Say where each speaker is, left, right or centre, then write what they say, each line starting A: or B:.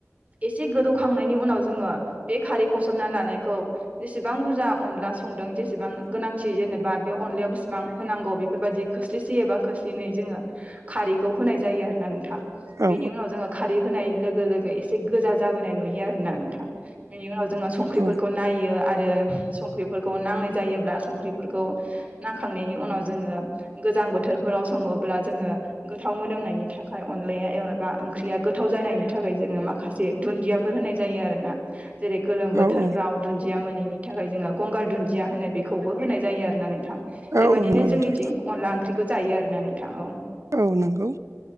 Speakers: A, on the right; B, on the right.
A: एसे गोदौखांनायनि उनाव जोङो बे खारै फसरना लानायखौ जेसेबां बुरजा अनला संदों जेसेबां गोनांथि जेनेबा बे अनलायाव बिसेबां होनांगौ बेफोरबादि खोस्लिसे एबा खस्लिनै जोङो खारैखौ होनाय जायो आरोना नोंथां
B: औ
A: बेनि उनाव जोङो खारै होनाय लोगो लोगो इसे गोजा जाबोनाय नुयो आ आरोना नोंथां बेनि उनाव जोङो संख्रिफोरखौ
B: औ
A: नायो आरो संख्रिफोरखौ नांनाय जायोब्ला संख्रिफोरखौ नांखांनायनि उनाव जोङो गोजां बोथोर बोथोरफोराव सङोब्ला जोङो गोथाव मोदोमनायनि थाखाय अनलाया एबा ओंख्रिया गोथाव जानायनि थाखाय जोङो माखासे दुन्दियाफोर होनाय जायो आरोना जेरै गोलोम बोथोरफ्राव
B: औ
A: दुन्दिया मोनैनि थाखाय जोङो गंगार दुन्दिया होनो बेखौ बो होनाय जायो आरो ना नोंथां
B: औ
A: बेबाददिनो
B: नंगौ नोंथां
A: जोंनिथिं अनला ओंख्रिखौ जायो आरो ना नोंथां औ
B: औ नंगौ